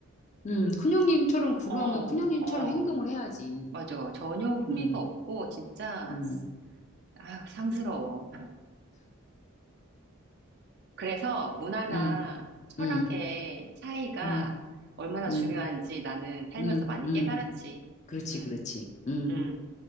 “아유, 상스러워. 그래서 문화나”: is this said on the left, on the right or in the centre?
Right